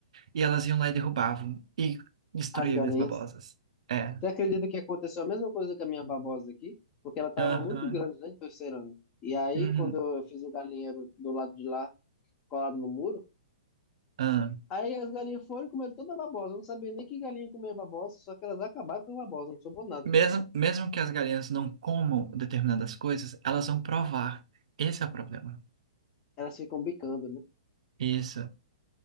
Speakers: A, on the right (about 65°); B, on the left (about 20°).
A: e elas iam lá e derrubavam e destruíam
B: As galinhas.
A: minhas babosas. É.
B: Você acredita que aconteceu a mesma coisa com a minha babosa aqui? Porque ela estava
A: Aham.
B: muito grande, né, de terceiro ano. E aí,
A: Uhum.
B: quando eu fiz o galinheiro do lado de lá, colado no muro,
A: aham.
B: aí as galinhas foram e comeram toda a babosa. Eu não sabia nem que galinha comia babosa, só que elas acabaram com a babosa, não sobrou nada.
A: Mesmo, mesmo que as galinhas não comam determinadas coisas, elas vão provar. Esse é o problema.
B: Elas ficam bicando, né?
A: Isso.